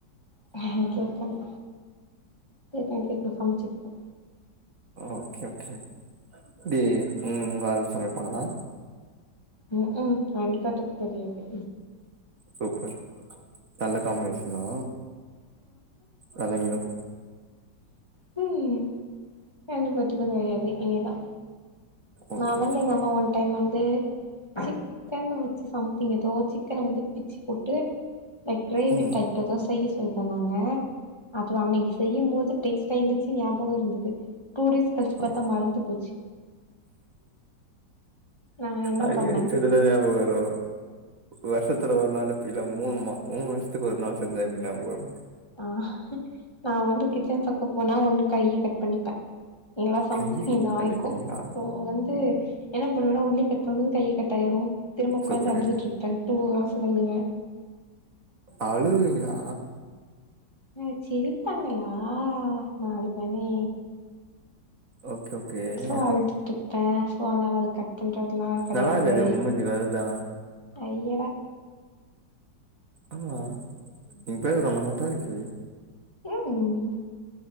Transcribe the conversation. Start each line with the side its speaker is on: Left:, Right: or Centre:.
Left: தேங்க்யூ தம்பி சரி தம்பி நா சமைச்சுக்குவே
Right: ஓகே ஓகே எப்டி உங்க ஆல் சமைப்பாங்ளா
Left: ம் ம் ரெண்டு பேத்துக்கூ தெரியாது
Right: சூப்பர் நல்ல காம்பினேஷன்னா வெளங்கிடும்
Left: ப்ளீஸ் ரெண்டு பேத்துக்கூ தெரியாது இனிதா
Right: ஓகே
Left: நா வேன்னா
Right: ஓகே
Left: எங்க அம்மா ஒன் டைம் வந்து சிக் கன் வச்சு சம்திங் ஏதோ சிக்கன வந்து பிச்சி போட்டு இப்ப கிரேவி
Right: ம்
Left: டைப்லதா செய்ய சொல்ட்டுந்தாங்க அப்றோ அன்னைக்கு செய்யும்போது அப்ப டேஷ்ட்டா இருந்துச்சு ஞாபகம் இருந்தது டூ டேஸ் கழிச்சு
Right: ஆ
Left: பாத்தா மறந்து போச்சு நா என்ன
Right: அடிக்
Left: பண்ணே
Right: அடிக் சின்னதா ஞாபக வரோ வருஷத்துல ஒரு நாள் இப்ப இல்ல மூணு மா மூணு வருஷத்துக்கு ஒரு நாள் செஞ்சா எப்டி ஞாபக வரோ
Left: ஆ நா வந்து கிச்சன் பக்கம் போனா ஒண்ணு கைய கட் பண்ணிப்ப இல்லா சம்திங்
Right: கைய கட்
Left: எதா ஆய்க்கும்
Right: பண்ணிப்பீங்களா
Left: சோ வந்து என்ன பண்ணுவன்னா உள்ளி கட் பண்ணி கைய கட்டாயிரு திரும்ப உக்காந்து
Right: சூப்பரு
Left: அழுதுட்ருப்ப டூ ஹவர்ஸ் அழுதுருவ
Right: அழுவீங்ளா
Left: அ சிரிப்பாங்களா நா அழுவனே
Right: ஓகே ஓகே
Left: சோ அழுதுட்டுப்ப சோ அதனால அத கட் பண்றது அப்பில்லா கெடயாது
Right: நல்லா இருக்காது உ மூஞ்சு கழுல்தா
Left: அய்யோடா
Right: ஆம்மா உன் பேர கொண்டமார்த்தா இருக்கு
Left: ம் ம்